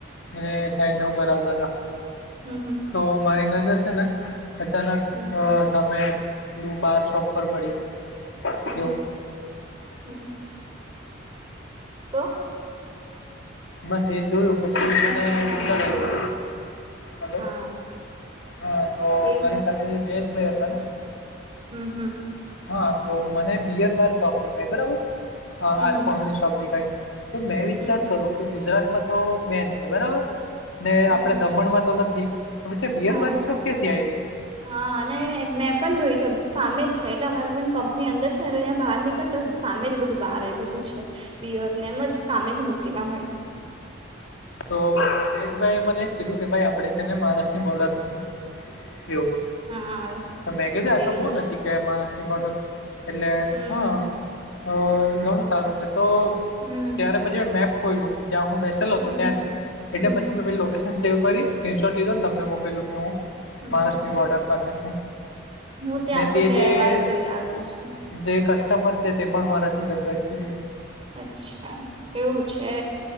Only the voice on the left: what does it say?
એને સાઈડને ઉપર આવતા હતા,
તો મારી નજર છે ને અચાનક
સામે પેલું બાર શોપ પર પડી
એવું
બસ એ જોયું પછી મને
વ <unintelligible> હલો
હા, તો
મારી સાથે જે જયેશભાઈ હતા ને
હા તો મને બિયર બાર શોપ દેખાય બરાબર, આલ્કોહોલ
ની શોપ દેખાય તો મેં વિચાર
કરું. કે ગુજરાતમાં તો બેન છે બરાબર, ને
આપડ દમણમાં તો નથી પછ બિયરબાની
શો ક્યાથી આવી?
તોેશભાઈ મને એજ કીધું કે ભાઈ આપડે છે ને મહારાષ્ટ્રની બોર્ડર માં છે.
એવું મેં કધે આ
તો બહ નજીક, માણસની બટલ. એટલે
હા તો ઘણું સારું છે. તો
ત્યારે પછી મેપ ખો જ્યાં હું બેસેલો
હતો. ત્યાં
એટલે પછી મેકેશન સેવ કરી સ્ક્રીનશોટ લીધો ને તમને મોકેલું કે હું
મહારાષ્ટ્રની
બોર્ડર પાસે છું.
તેજ
જે
કષ્ટ તે પણ સે મારાથી જ હતચુલી